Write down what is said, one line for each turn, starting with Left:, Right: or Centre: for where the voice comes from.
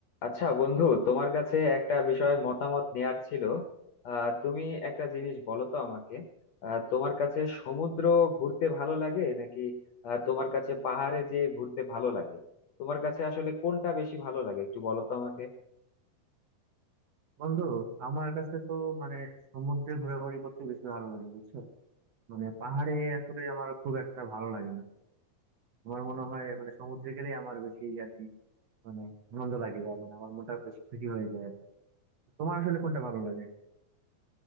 Left: আচ্ছা বন্ধু তোমার কাছে একটা বিষয় মতামত নেয়ার ছিল আহ তুমি একটা জিনিস বলো তো আমাকে আহ, তোমার কাছে সমুদ্র ঘুরতে ভালো লাগে নাকি আহ, তোমার কাছে পাহাড়ে যেয়ে ঘুরতে ভালো লাগে তোমার কাছে আসলে কোনটা বেশি ভালো লাগে একটু বলো তো আমাকে
Right: বন্ধু আমার কাছে তো মানে সমুদ্রে ঘোরাঘুরি করতে বেশি ভালো লাগে বুঝছো মানে পাহাড়ে আসলে আমার খুব একটা ভালো লাগে না আমার মনে হয় মানে সমুদ্রে গেলেই আমার বেশি আর কি মানে আনন্দ লাগে বা মানে আমার মনটা বেশ খুশি হয়ে যায় আর কি। তোমার আসলে কোনটা ভালো লাগে